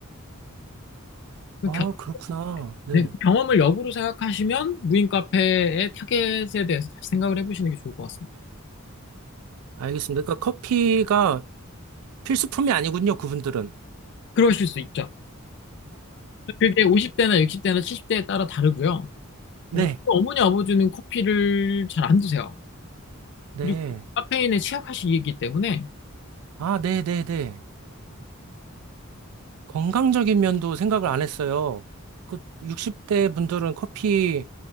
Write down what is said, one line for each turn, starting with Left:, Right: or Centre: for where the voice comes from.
Left: 그
Right: 아
Left: 겨-
Right: 그렇구나. 네,
Left: 네, 그 경험을 역으로 생각하시면 무인 카페의 타겟에 대해서 다시 생각을 해보시는 게 좋을 것 같습니다.
Right: 알겠습니다. 그러니까 커피가 필수품이 아니군요, 그분들은.
Left: 그러실 수 있죠. 그게 50대나 60대나 70대에 따라 다르고요.
Right: 네,
Left: 어, 저희 어머니 아버지는 커피를 잘 안 드세요.
Right: 네.
Left: 그리고 카페인에 취약하시기 때문에
Right: 아, 네네네. 건강적인 면도 생각을 안 했어요. 그 60대 분들은 커피